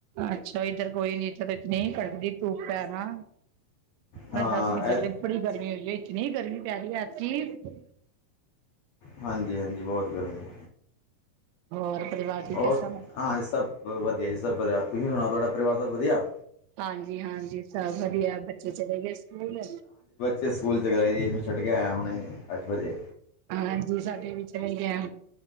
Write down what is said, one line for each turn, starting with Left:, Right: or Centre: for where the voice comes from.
Right: ਅੱਛਾ ਇੱਧਰ ਕੋਈ ਨੀ ਇੱਧਰ ਇਤਨੀ ਕੜਕਦੀ ਧੂਪ ਹੈ ਨਾ।
Left: ਹਾਂ
Right: ਮੈਂ ਦੱਸ ਨੀ ਸਕਦੀ
Left: ਇਹ
Right: ਬੜੀ ਗਰਮੀ ਹੋਈ ਹੈ ਇਤਨੀ ਗਰਮੀ ਪੈ ਰਹੀ ਐਤਕੀ
Left: ਹਾਂਜੀ -ਹਾਂਜੀ ਬਹੁਤ ਗਰਮੀ
Right: ਹੋਰ ਪਰਿਵਾਰ ਠੀਕ
Left: ਹੋਰ
Right: ਹੈ ਸਭ?
Left: ਹਾਂਜੀ ਸਭ ਵਧੀਆ ਜੀ ਸਭ ਵਧੀਆ ਤੁਸੀਂ ਸੁਣਾਓ ਤੁਹਾਡਾ ਪਰਿਵਾਰ ਸਭ ਵਧੀਆ
Right: ਹਾਂਜੀ- ਹਾਂਜੀ ਸਭ ਵਧੀਆ ਬੱਚੇ ਚਲੇ ਗਏ ਸਕੂਲ
Left: ਤੇੇ ਸਕੂਲ ਚਲੇ ਗਏ ਜੀ ਹੁਣ ਛੱਡ ਕੇ ਆਇਆ ਹੁਣੇ ਅੱਠ ਵਜੇ
Right: ਹਾਂਜੀ ਸਾਡੇ ਵੀ ਚਲੇ ਗਿਆ